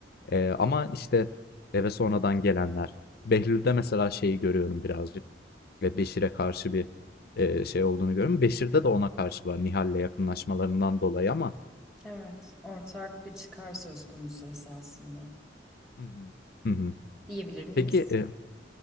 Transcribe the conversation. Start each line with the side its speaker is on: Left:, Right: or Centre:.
Left: Eee, ama, işte, eve sonradan gelenler. Behlül'de mesela şeyi görüyorum birazcık, ve Beşir'e karşı bir, eee, şey olduğunu görüyorum. Beşir'de de ona karşı var Nihal'le yakınlaşmalarından dolayı ama
Centre: Evet. Ortak bir çıkar söz konusu esasında.
Left: Hı hı. Hı hı.
Centre: Diyebilir miyiz?
Left: Peki, eee,